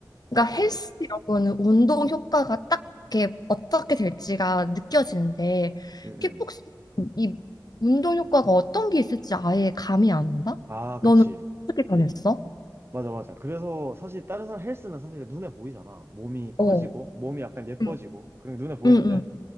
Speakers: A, on the left (about 60°); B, on the right (about 30°).
A: 그러니까
B: 음,
A: 헬스 이런 거는 운동 효과가 딱 이렇게 어떻게 될지가 느껴지는데
B: 음,
A: 킥복싱
B: 음.
A: 이 운동 효과가 어떤 게 있을지 아예 감이 안 온다?
B: 아,
A: 너는
B: 그치.
A: 어떻게 변했어?
B: 맞아, 맞아. 그래서 사실 다른 사람 헬스는 사실 눈에 보이잖아. 몸이 커지고,
A: 어.
B: 몸이 약간 예뻐지고,
A: 응,
B: 그런 게 눈에 보이는데.
A: 응, 응.